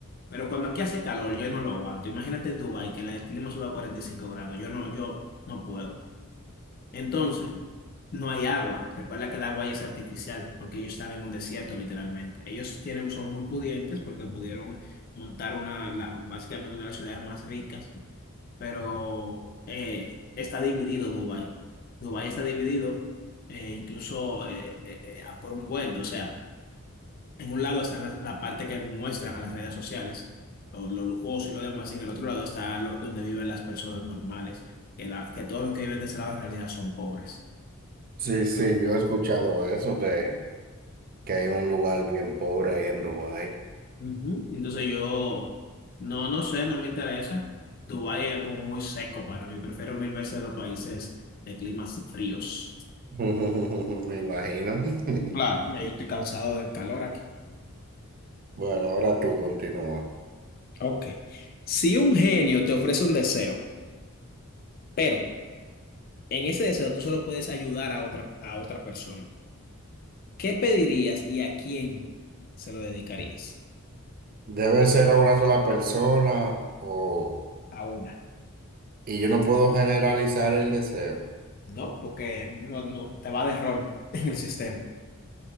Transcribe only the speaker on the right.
Sí, sí, yo he escuchado eso, que, que hay un lugar bien pobre ahí en Dubái.
<laughs> Me imagino. <laughs>
Bueno, ahora tú continúa.
Debe ser a una sola persona o...
Y yo no puedo generalizar el deseo.